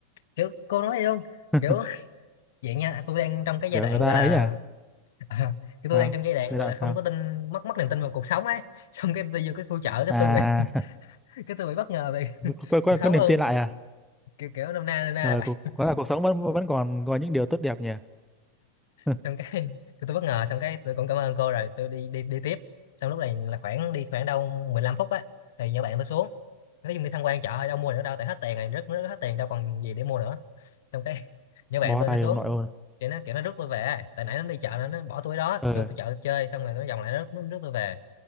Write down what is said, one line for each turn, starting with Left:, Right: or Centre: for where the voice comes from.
Left: kiểu cô nói vậy luôn
Centre: <laughs>
Left: kiểu <laughs> vậy nha tôi đang trong cái giai
Centre: Kiểu
Left: đoạn
Centre: người ta
Left: gọi
Centre: ấy
Left: là
Centre: à?
Left: <laughs> à, cái
Centre: Sao?
Left: tôi đang trong giai đoạn
Centre: Giai
Left: gọi
Centre: đoạn
Left: là không
Centre: sao?
Left: có tin mất mất niềm tin vào cuộc sống ấy xong cái tôi vô cái khu chợ cái
Centre: À,
Left: tôi bị <laughs> cái tôi bị bất ngờ về
Centre: <laughs>
Left: <laughs>
Centre: có, có,
Left: cuộc sống
Centre: có niềm
Left: luôn
Centre: tin lại à?
Left: kiểu kiểu năm na năm nay
Centre: Ờ,
Left: là vậy
Centre: cuộc, có là cuộc sống vẫn vẫn còn có những điều tốt đẹp nhỉ? <laughs>
Left: xong cái <laughs> tôi bất ngờ xong cái tôi cũng cảm ơn cô rồi tôi đi đi đi tiếp xong lúc này là khoảng đi khoảng đâu 15 phút á thì nhỏ bạn tôi xuống nói chung đi tham quan chợ thôi đâu mua nữa đâu tại hết tiền rồi rất rất hết tiền đâu còn gì để mua nữa xong cái <laughs> nhỏ bạn
Centre: Bó
Left: tôi
Centre: tay
Left: nó xuống
Centre: ông nội ơi.
Left: thì nó kiểu nó rước tôi về tại nãy nó đi chợ nó, nó bỏ tôi đó
Centre: Ờ,
Left: vô tôi chợ chơi xong rồi nó vòng lại nó rước, nó rước tôi về